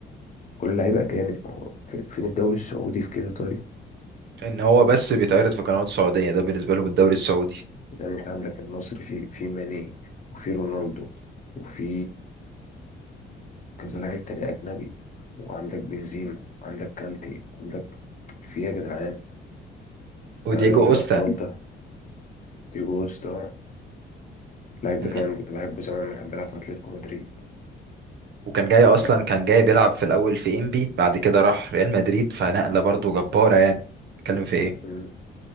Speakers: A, on the left (about 40°); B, on the right (about 60°).
A: كل اللعيبة أجانب ما هو في- فين الدوري السعودي في كده طيب
B: ان هو بس بيتعرض في قنوات سعودية ده بالنسبة لهم الدوري السعودي
A: يعني انت عندك النصر في في ماني وفي رونالدو وفي كذا لعيب تاني أجنبي وعندك بنزيما وعندك كانتي عندك في إيه يا جدعان
B: ودييجو
A: ده دوري
B: اوستا
A: الأبطال ده ديجو كوستا اللاعب
B: مم.
A: ده كمان كنت بحبه زمان لما كان بيلعب في أتلتيكو مدريد
B: وكان جاي اصلا كان جاي بيلعب في الاول في انبي بعد كده راح ريال مدريد فنقله برضو جباره يعني اتكلم في ايه
A: مم.